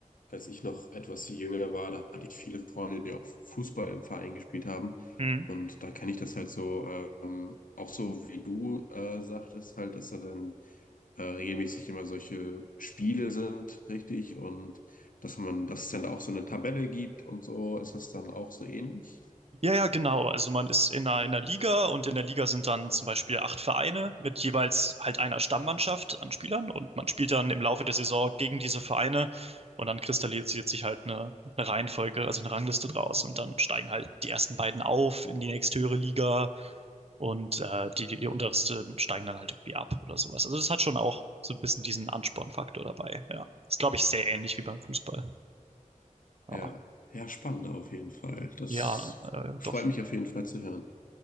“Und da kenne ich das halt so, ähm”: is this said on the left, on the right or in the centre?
Left